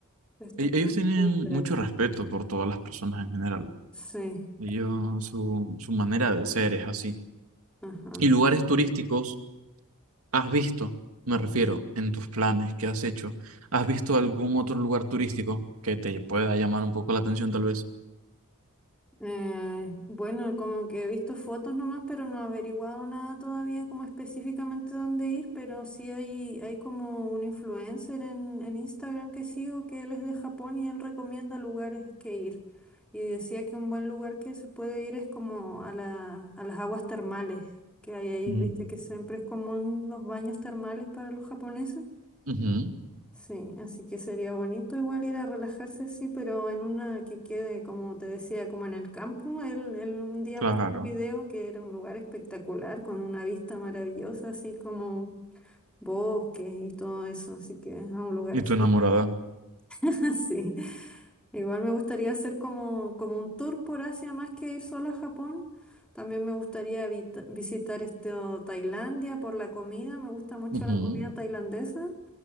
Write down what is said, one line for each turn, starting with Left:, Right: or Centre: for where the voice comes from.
Centre: es totalmente
Right: E- Ellos tienen
Centre: diferente.
Right: mucho respeto por todas las personas en general.
Centre: Sí,
Right: Ellos, su, su manera de ser es así.
Centre: ajá.
Right: ¿Y lugares turísticos has visto? Me refiero, en tus planes que has hecho, ¿has visto algún otro lugar turístico que te pueda llamar un poco la atención tal vez?
Centre: Eh, bueno, como que he visto fotos nomás, pero no he averiguado nada todavía como específicamente dónde ir, pero sí hay, hay como un influencer en, en Instagram que sigo que él es de Japón y él recomienda lugares que ir. Y decía que un buen lugar que se puede ir es como a la, a las aguas termales que hay ahí,
Right: Ujú,
Centre: viste que siempre es común los baños termales para los japoneses.
Right: ujú,
Centre: Sí, así que sería bonito igual ir a relajarse, sí, pero en una que quede, como te decía, como en el campo. Él, él un día
Right: Claro.
Centre: mostró un video que era un lugar espectacular, con una vista maravillosa, así como bosques y todo eso, así que a un lugar
Right: Y
Centre: así.
Right: tu enamorada.
Centre: <laughs> Sí, igual me gustaría hacer como, como un tour por Asia, más que ir solo a Japón. También me gustaría vita- visitar este, o Tailandia por la comida, me gusta mucho
Right: Ujú,
Centre: la comida tailandesa.